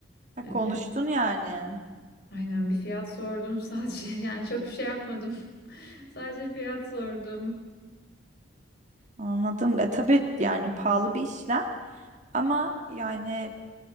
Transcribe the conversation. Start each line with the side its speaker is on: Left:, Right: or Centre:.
Right: Ha,
Left: Hani.
Right: konuştun yani.
Left: Aynen bir fiyat sordum sadece. <laughs> Yani çok bir şey yapmadım. <laughs> Sadece fiyat sordum.
Right: Anladım. E tabii yani pahalı bir işlem ama yani